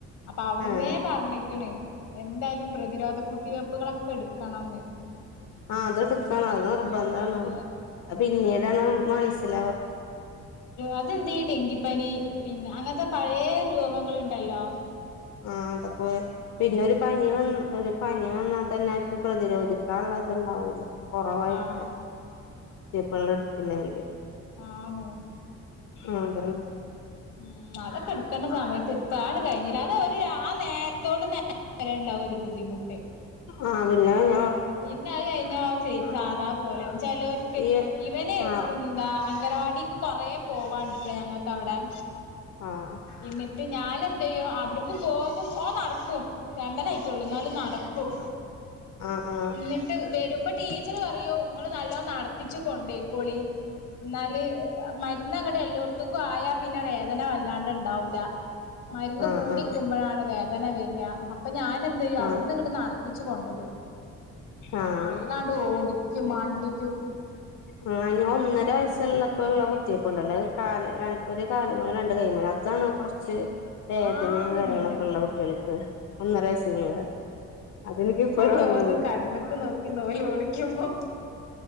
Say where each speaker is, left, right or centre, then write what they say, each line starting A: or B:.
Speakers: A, on the left (about 80°); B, on the left (about 70°).
A: അപ്പൊ അവിടുന്നേ
B: ഏഹ്
A: പറഞ്ഞിക്കണ് എന്തായാലും പ്രതിരോധ കുത്തിവയെ്പുകളൊക്കെ എടുക്കണംന്ന്
B: ആ അതെടുക്കാണ് അത് നിർബന്ധമാണ്
A: ആഹ്
B: പിന്നീടാണ് മനസില-
A: അതെ എന്ത ഈ ഡെങ്കിപ്പനി പിന്നെ അങ്ങനത്തെ പഴയ രോഗങ്ങളുണ്ട് ട്ടലോ <unintelligible>
B: ആഹ അതപോലെ പിന്നെ ഒരു പനി വന്ന് ഒരു- പനി വന്നാൽ തന്നെ അവർക്ക് പ്രതിരോധിക്കാനുള്ള ഇത്ണ്ടാവൂലേ കുറവായിരിക്കും
A: ആഹ്
B: ചിപ്പള്ളടുത്തിയില് <unintelligible>
A: ആണ്
B: അതെ
A: ഉം അതൊക്കെ എടുക്കേണ്ട സമയത്ത് എടുത്ത ആണ് കഴിഞ്ഞില്ല ആ നേരത്തോട് നേരം വരേണ്ട ഒരു ബുദ്ധിമുട്ട്
B: ആ പിന്നെ ഞാൻ
A: പിന്നെ അത് കഴിഞ്ഞോ ശരി സാധാ പോലെ ചിലർക്ക്
B: ഈ
A: ഇവന്
B: ആഹ്
A: അങ്കനവാടി- കുറേ പോവാണ്ടിട്ട് ഞങ്ങൾക്ക് അവിടെ-
B: ആഹ
A: എന്നിട്ട് ഞാൻ എന്ത്‌ ചെയ്യും അവിടക്ക് പോകും ഓ നടക്കും രണ്ടനായിട്ടള്ളൂ എന്നാലും നടക്കും
B: ആഹ് ആഹ്
A: എന്നിട്ട് വരുമ്പോ ടീച്ചർ പറയോ ഇങ്ങൾ നല്ലോ നടത്തിച്ചു കൊണ്ടേയിക്കോളി എന്നാല് മരുന്ന് അങ്ങട്ട് എല്ലോടത്തക്കും ആയാ പിന്നെ വേദന വല്ലാണ്ട് ഇണ്ടാവൂില്ല മരുന്ന്
B: ആഹ്
A: കൂടിക്കുമ്പോഴാണ്
B: ആഹ്
A: വേദന വരിക അപ്പൊ ഞാൻ എന്ത് ചെയ്യും അവിടുന്ന്
B: ആഹ്
A: ഇങ്ങട്ട് നടത്തി കൊണ്ടുവരും
B: ആഹ്
A: നല്ലാണ്ട് ഓടിക്കും മണ്ടിക്കും
B: ആ അനി ഒന്നര വയസുള്ളപ്പോ ഉള്ള കുത്തിയപ്പ ഉണ്ടല്ലോ ഒരുകാലേ രണ്ട കൈ- അതാാണ് കുറച്ച്- വേദനയും
A: ആന്ന്
B: കാര്യങ്ങളൊക്കെ ഉള്ള കുട്ടികൾക്ക് ഒന്നര വയസങ്ങുള്ള അതെനിക്ക് ഇപ്പോഴും-
A: തോന്നുന്നു
B: ഓർമ്മയുണ്ട്
A: കണ്ണുക്ക് നോക്കി ഓള് ഓളിക്കുമ്പോ-